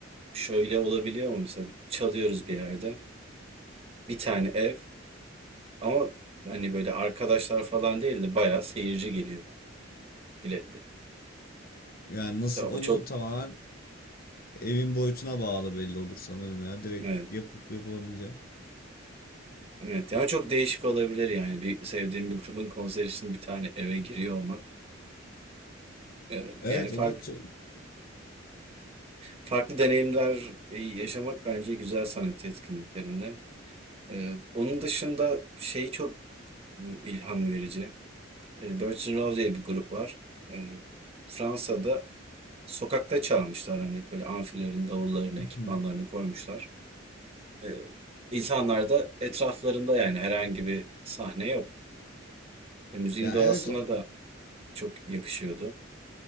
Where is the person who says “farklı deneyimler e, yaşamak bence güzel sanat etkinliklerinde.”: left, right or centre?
Right